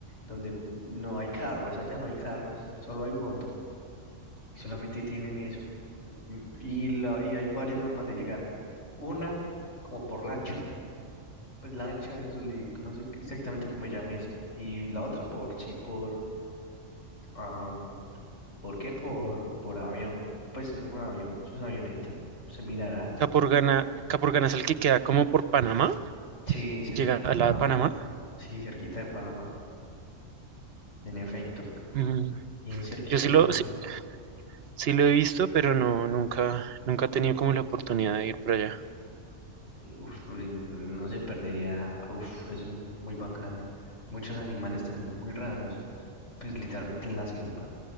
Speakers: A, on the left; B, on the right.
A: donde no hay carros. Allá no hay carros, solo hay motos. Y solamente tienen eso. Mm, Y, la, y hay varias formas de llegar. Una, como por lancha. Pues lancha, el Zulico, no sé exactamente cómo me llames. Y la otra por, sí, por, am, ¿por qué? Por, por avión. Pues es un avión, eso es avioneta. Se mirará.
B: Capurganá, Capurganá es el que queda como por Panamá,
A: Sí, cerquita
B: llega
A: de
B: a
A: Panamá.
B: la de Panamá.
A: Sí, cerquita de Panamá. En efecto,
B: Mm,
A: bien cerquita
B: Yo sí
A: de
B: lo,
A: Panamá.
B: sí, sí lo he visto, pero no, nunca, nunca he tenido como la oportunidad de ir por allá.
A: Eh, Uf, uy, no se perdería. Uf, eso es muy bacano. Muchos animales también muy raros. Pues literalmente en la selva.